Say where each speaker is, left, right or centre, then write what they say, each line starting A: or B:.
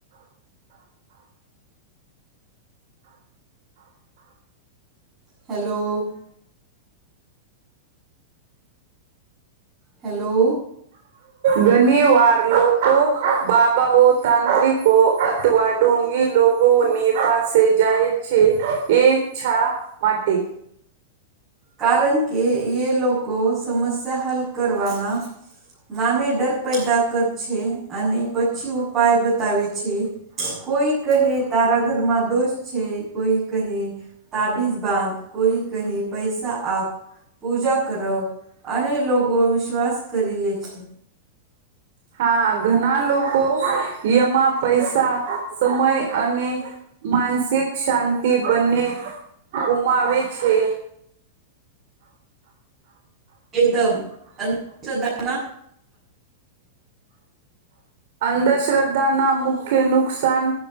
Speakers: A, on the right; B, on the right.
A: હેલો. હેલો.
B: ઘણી વાર લોકો બાબાઓ, તાંત્રિકો અથવા. ઢોંગી લોકોગોની પાસે જાય છે, એચ્છા માટે.
A: કારણ કે એ લોકો સમસ્યા હલ કરવાના. નામે ડર પેદા કર છે, અને પછી ઉપાય બતાવે છે. કોઈ કહે, તારા ઘરમાં દોસ છે કોઈ કહે. તાબિઝ બાંધ, કોઈ કહે. પૈસા આપ પૂજા કરો, અને લોકો વિશ્વાસ કરી લે છે.
B: હા, ઘણા લોકો યમા પૈસા, સમય અને માનસિક શાંતિ બંને ગુમાવે છે.
A: એકદમ શધા
B: અંધશ્રદ્ધા ના મુખ્ય નુકસાન